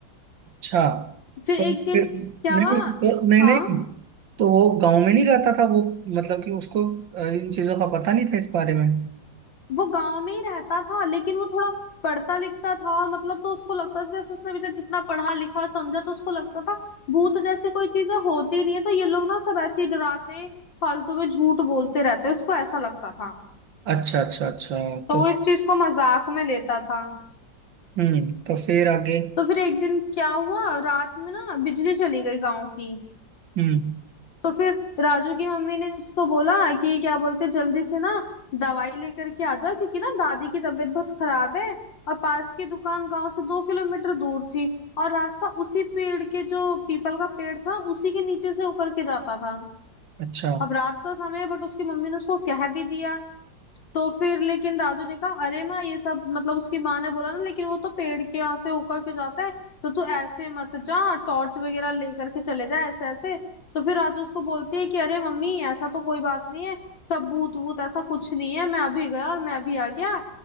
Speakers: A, on the right; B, on the left.
A: अच्छा
B: फिर
A: तो
B: एक दिन
A: फिर
B: क्या
A: नहीं
B: हुआ
A: तो- नहीं
B: हाँ
A: नहीं तो वो गांव में नहीं रहता था वो मतलब कि उसको अ, इन चीजों का पता नहीं था इस बारे में
B: वो गांव में ही रहता था लेकिन वो थोड़ा पढ़ता लिखता था और मतलब तो उसको लगता था जैसे उसने अभी तक जितना पढ़ा लिखा समझा तो उसको लगता था भूत जैसी कोई चीजें होती नहीं है तो ये लोग ना सब ऐसे ही डराते हैं फालतू में झूठ बोलते रहते हैं उसको ऐसा लगता था
A: अच्छा अच्छा अच्छा
B: तो
A: तो
B: वो इस चीज को मजाक में लेता था
A: हम्म तो फिर आगे
B: तो फिर एक दिन क्या हुआ रात में ना बिजली चली गई गांव की
A: हम्म
B: तो फिर राजू की मम्मी ने उसको बोला कि क्या बोलते जल्दी से ना दवाई लेकर के आ जाओ क्योंकि ना दादी की तबीयत बहुत खराब है और पास की दुकान गांव से दो किलोमीटर दूर थी और रास्ता उसी पेड़ के जो पीपल का पेड़ था उसी के नीचे से होकर के जाता था
A: अच्छा
B: अब रात का समय है बट उसकी मम्मी ने उसको कह भी दिया तो फिर लेकिन राजू ने कहा अरे माँ ये सब मतलब उसकी माँ ने बोला ना लेकिन वो तो पेड़ के यहाँ से होकर के जाता है तो तू ऐसे मत जा टॉर्च वगैरह लेकर के चले जा ऐसे ऐसे तो फिर राजू उसको बोलती है कि अरे मम्मी ऐसा तो कोई बात नहीं है सब भूत वूत ऐसा कुछ नहीं है मैं अभी गया और मैं अभी आ गया